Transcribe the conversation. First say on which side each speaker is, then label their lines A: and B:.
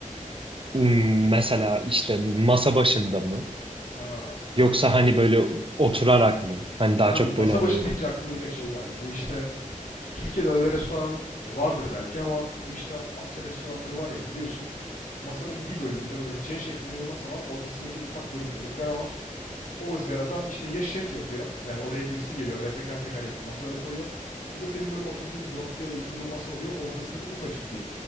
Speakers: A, on the right; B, on the left.
A: Hmm, Mesela işte masa başında mı?
B: Ha.
A: Yoksa hani böyle oturarak mı? Hani daha
B: Ben
A: çok
B: masa
A: böyle hani...
B: başı deyince aklıma direkt şey geldi. Bu işte Türkiye'de öyle restoran vardır belki ama bu işte Asya restoranları var ya gidiyorsun. Masanın bir bölümünde böyle C şeklinde bir masa var. Ortasındaki ufak bölümde ızgara var. O ızgarada işte ya şef yapıyor. Yani oraya birisi geliyor ve teker teker yapıp masaları koyuyor. Ya da senin böyle oturduğun dörtlü ya da ikili bir masa oluyor. Ortasında ufacık bir